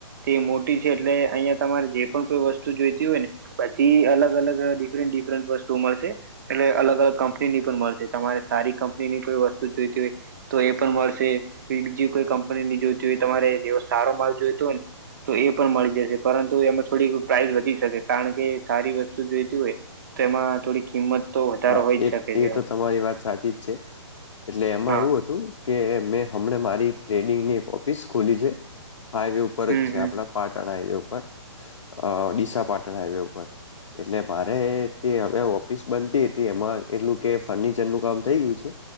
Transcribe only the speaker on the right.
તે મોટી છે એટલે અહિયાં તમારે જે પણ કોઈ વસ્તુ જોઈતી હોય ને. પછી અલગ અલગ ડિફરન્ટ ડિફરન્ટ વસ્તુઓ મળશે. એટલે અલગ અલગ કંપની ની પણ મળશે તમારે સારી કંપની ની કોઈ વસ્તુ જોઈતી હોય. તો એ પણ મળશે, બીજી કોઈ કંપની ની જોઈતી હોય તમારે જેવો સારો માલ જોઈતો હોય ને. તો એ પણ મળી જશે પરંતુ એમાં થોડી પ્રાઇઝ વધી શકે કારણ કે સારી વસ્તુ જોઈતી હોય. તેમાં થોડી કિંમત તો વધારો
હોય જ
શકે
છે
હા
હમ
હમ